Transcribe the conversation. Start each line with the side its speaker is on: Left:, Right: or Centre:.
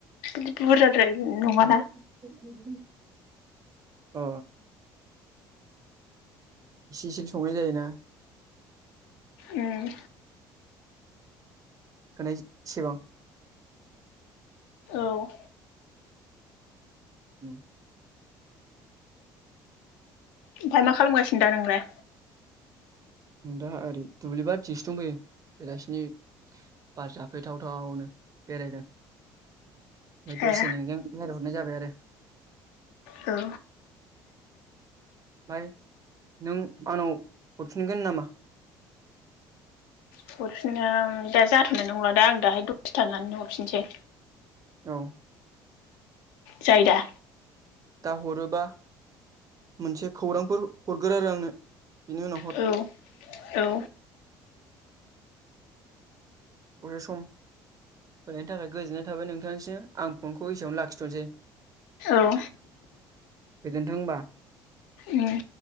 Left: बि बुरजाद्राय नङाना।
Right: नङा <unintelligible> अ। इसे इसेल' संनाय जायोना।
Left: उम।
Right: होनायसेबां।
Left: औ।
Right: उम।
Left: ओमफ्राय मा खालामगासिनो दा नोंलाय।
Right: ओं दा ओरै दुब्लिबारथिसो दंफैयो। बेलासिनि बार जाफैथावथावनो बेरायदों। ओमफ्राय
Left: ए
Right: दसे नोंजों लायरायहरनाय जाबाय आरो।
Left: औ।
Right: ओमाय नों आंनाव हरफिनगोन नामा।
Left: हरफिननो दा जाथारनाय नंला दा आं दाहाय दसथानानै हरफिनसै।
Right: औ
Left: जायोदा।
Right: दा हरोबा मोनसे खौरांफोर हरगोर आरो आंनो। बिनि उनावहर।
Left: औ औ
Right: दसे सम। बिनि थाखाय गोजोननाय थाबाय नोंथांनिसिम आं फनखौ एसेआवनो लाखिथ'नोसै।
Left: औ।
Right: गोजोन्थों होनबा।
Left: उम